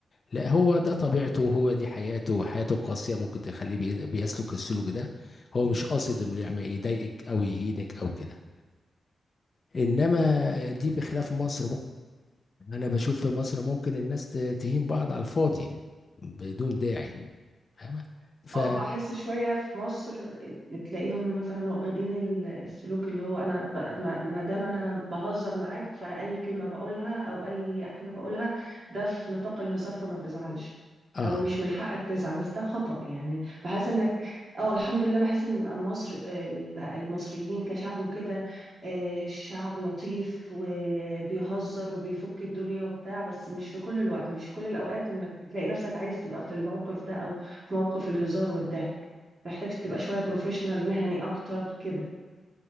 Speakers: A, on the left (about 35°); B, on the right (about 35°).
A: لا هو ده طبيعته هو دي حياته حياته قاسية ممكن تخليه بي- بيسلك السلوك ده هو مش قاصد إنه يعمل يضايقك أو يهينك أو كده انما دي بخلاف مصر ممكن انا بشوف في مصر ممكن الناس ت- تهين بعض على الفاضي بدون داعي فاهمة ف
B: اه بحس شوية في مصر تلاقيهم مثلا واخدين ال- السلوك اللي هو انا ب- ما ما دام انا بهزر معاك فأي كلمة بقولها او اي حاجة بقولها ده في نطاق الهزار فما تزعلش
A: اه
B: او مش من حقك تزعل بس ده خطأ يعني بحس انك اه الحمد لله بحس ان مصر ال- المصريين كشعب وكده آه، شعب لطيف وبيهزر وبيفك الدنيا وبتاع بس مش في كل الوقت مش في كل الاوقات انك تلاقي نفسك عايز تبقى في الموقف ده او في موقف الهزار والضحك محتاج تبقى شوية بروفيشنال مهني أكتر كده